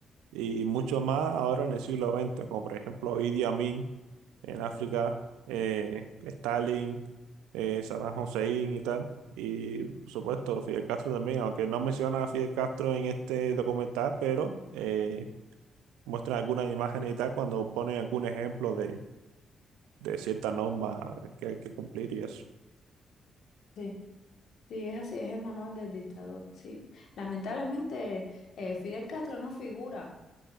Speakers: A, on the right; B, on the left.
A: y mucho más ahora en el siglo XX, como por ejemplo Idi Amin en África, eh, Stalin, eh, Saddam Hussein y tal. Y por supuesto Fidel Castro también, aunque no mencionan a Fidel Castro en este documental, pero eh, muestran algunas imágenes y tal cuando ponen algún ejemplo de, de cierta norma que hay que cumplir y eso.
B: Sí, sí, es así, es el manual del dictador. Sí, lamentablemente eh, Fidel Castro no figura.